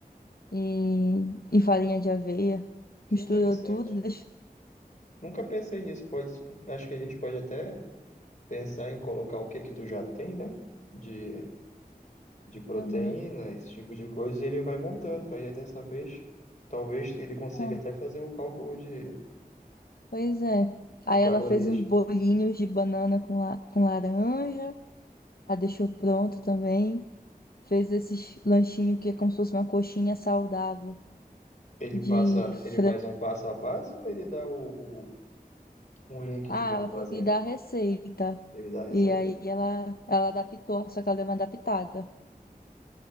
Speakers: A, on the left (about 70°); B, on the left (about 50°).
A: e, e farinha de aveia.
B: Que
A: Misturou
B: interessante.
A: tudo, deixou.
B: Nunca pensei nisso. Pode, acho que a gente pode até pensar em colocar o que que tu já tem, né? De, de proteína,
A: Aham.
B: esse tipo de coisa, e ele vai montando. Aí dessa vez, talvez ele consiga
A: Ah,
B: até fazer o cálculo de,
A: Pois é. Aí
B: de calorias.
A: ela fez uns bolinhos de banana com, la... com laranja, a deixou pronto também. Fez esses lanchinhos que é como se fosse uma coxinha saudável
B: Ele
A: de
B: passa, ele
A: frango.
B: faz um passo a passo ou ele dá o, o- um link
A: Ah,
B: de como
A: ela
B: fazer.
A: falou que dá a receita.
B: Ele dá a receita?
A: E aí ela, ela adaptou, só que ela deu uma adaptada.